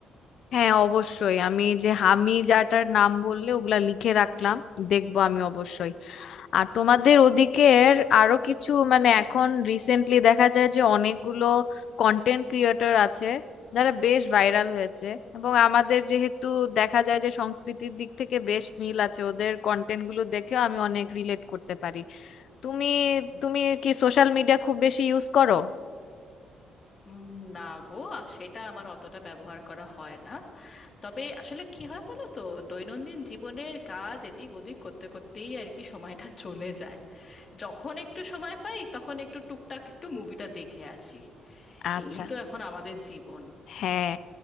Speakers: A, on the left; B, on the left.
A: হ্যাঁ অবশ্যই আমি যে আমি যাটার নাম বললে ওগুলা লিখে রাখলাম দেখবো আমি অবশ্যই আর তোমাদের ওদিকের আরো কিছু মানে এখন রিসেন্টলি দেখা যায় যে অনেকগুলো কন্টেন্ট ক্রিয়েটর আছে যারা বেশ ভাইরাল হয়েছে এবং আমাদের যেহেতু দেখা যায় যে সংস্কৃতির দিক থেকে বেশ মিল আছে ওদের কন্টেন্ট গুলো দেখেও আমি অনেক রিলেট করতে পারি তুমি তুমি কি সোশ্যাল মিডিয়া খুব বেশি ইউজ করো
B: উম, না গো আ- সেটা আমার অতটা ব্যবহার করা হয় না তবে আসলে কি হয় বলো তো দৈনন্দিন জীবনের কাজ এদিক ওদিক করতে করতেই আর কি সময়টা <laughs> চলে যায় যখন একটু সময় পাই তখন একটু টুকটাক একটু মুভিটা দেখে আসি
A: আচ্ছা
B: এই তো এখন আমাদের জীবন
A: হ্যাঁ